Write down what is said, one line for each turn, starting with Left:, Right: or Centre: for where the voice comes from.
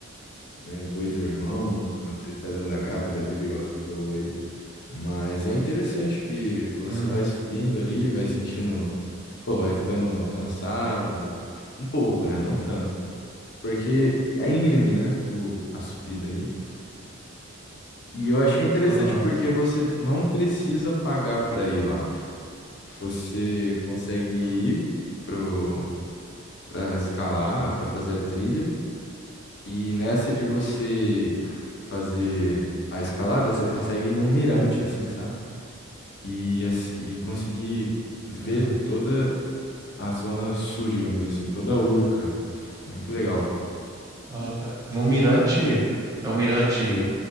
Left: né, dois irmãos, uma trilha pedra da Gávea da vida, igual você falou aí. Mas é interessante que você
Right: Aham,
Left: vai subindo ali, vai sentindo, pô, vai ficando cansado, um pouco, né? Não tanto. Porque é íngreme, né? O, a subida ali. E eu achei interessante
Right: aham,
Left: porque você não precisa pagar para ir lá. Você consegue ir pro para escalar, para fazer a trilha, e nessa de você fazer a escalada, você consegue ir num mirante assim, sabe? E ass- e conseguir ver
Right: aham.
Left: toda a zona sul, digamos assim, toda a Urca. É muito legal.
Right: Ah, tá. No mirante, é o mirante,